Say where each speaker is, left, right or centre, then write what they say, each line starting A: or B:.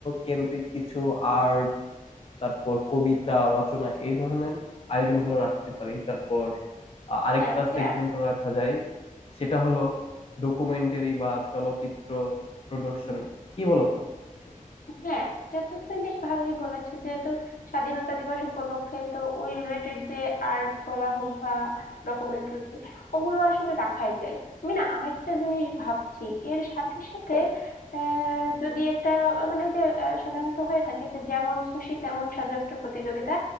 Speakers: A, on the left; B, on the left.
A: কেন্দ্রিক কিছু আর্ট তারপর কবিতা রচনা এই ধরনের আয়োজনগুলো রাখতে পারি তারপর আ- আরেকটা
B: হ্যাঁ ওই যে
A: সেগমেন্টও রাখা যায় সেটা হলো ডকুমেন্টারি বা চলচ্চিত্র প্রদর্শনী কি বলো তুমি এসব নিয়ে?
B: হ্যাঁ এটা তো তুমি বেশ ভালোই বলেছো যেহেতু স্বাধীনতা দিবস উপলক্ষে তো ওই রিলেটেড যে আর্ট বলা হোক বা ডকুমেন্টারি ওগুলো আসলে রাখাই যায় আমি না আরেকটা জিনিস ভাবছি এর সাথে সাথে আহ, যদি একটা আহ, মানে যে আহ, সাধারণত হয়ে থাকে যে যেমন খুশি তেমন সাজো একটা প্রতিযোগিতা